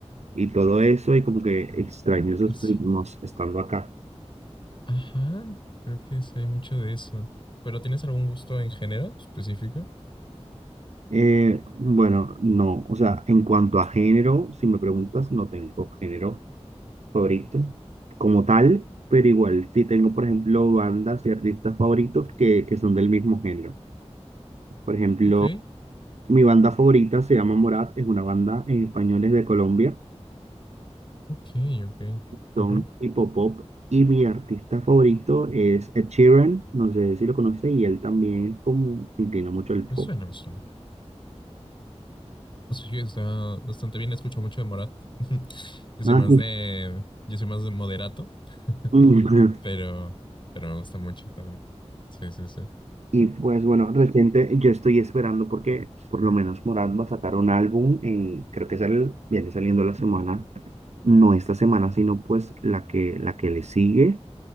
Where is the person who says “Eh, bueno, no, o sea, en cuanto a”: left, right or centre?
Right